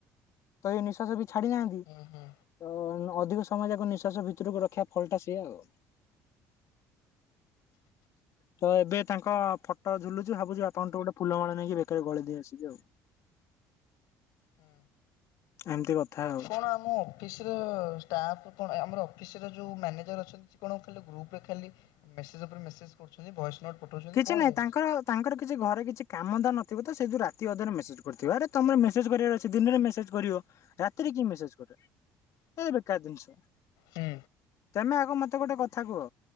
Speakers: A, on the left; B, on the left.
A: ତ ଇଏ ନିଶ୍ୱାସ ଭିତ ଛାଡି ନାହାଁନ୍ତି
B: ହୁଁ ହୁଁ
A: ତ ନ ଅଧିକ ସମୟ ଯାକ ନିଃଶ୍ୱାସ ଭିତରକୁ ରଖିବା ଫଳଟା ସେୟା ଆଉ। ତ ଏବେ ତାଙ୍କ ଫଟୋ ଝୁଲୁଛୁ ଭାବୁଛି ବାପାଙ୍କଠୁ ଗୋଟେ ଫୁଲ ମାଳ ନେଇକି ବେକରେ ଗଳେଇ ଦେଇକି ଆସିବି ଆଉ।
B: ହୁଁ।
A: ଏମିତି କଥା ଆଉ।
B: ଶୁଣ ମୁଁ ଅଫିସର ଷ୍ଟାଫ୍ କଣ ଆମର ଅଫିସର ଯେଉଁ ମ୍ୟାନେଜର ଅଛନ୍ତି ସେ କଣ ଖାଲି ଗ୍ରୁପରେ ଖାଲି ମେସେଜ ଉପରେ ମେସେଜ କରୁଛନ୍ତି ଭଏସ ନୋଟ୍ ପଠଉଛନ୍ତି
A: କିଛି
B: କଣ
A: ନାଇଁ
B: ଯାଉଛି
A: ତାଙ୍କର ତାଙ୍କର କିଛି ଘରେ କିଛି କାମ ଧନ୍ଦା ନଥିବ ତ ସେ ଯୋଉ ରାତି ଅଧରେ ମେସେଜ୍ କରୁଥିବ ଜୁଆଡେ ତମର ମେସେଜ କରିବାର ଅଛି ଦିନରେ ମେସେଜ୍ କରିବ ରାତିରେ କିଏ ମେସେଜ୍ କରେ ଵେକାର ଜିନଷ।
B: ହୁଁ।
A: ତମେ ଆଗ ମତେ ଗୋଟେ କଥା କୁହ